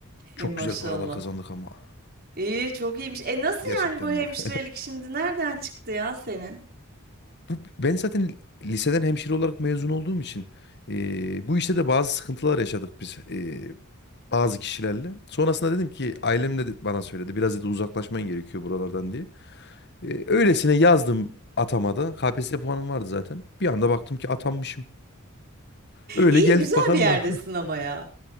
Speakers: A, on the right (about 45°); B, on the left (about 50°).
A: Ey
B: Çok
A: maşallah.
B: güzel paralar kazandık ama.
A: İyi, çok iyiymiş. E nasıl
B: Gerçekten
A: yani bu hemşirelik
B: bak.
A: şimdi nereden çıktı ya senin?
B: Bu, ben zaten liseden hemşire olarak mezun olduğum için e, bu işte de bazı sıkıntılar yaşadık biz e, bazı kişilerle. Sonrasında dedim ki ailem de bana söyledi biraz dedi uzaklaşman gerekiyor buralardan diye. E, öylesine yazdım atamada. KPSS puanım vardı zaten. Bir anda baktım ki atanmışım. Öyle
A: İyi
B: geldik
A: güzel
B: bakalım
A: bir yerdesin
B: da.
A: ama ya.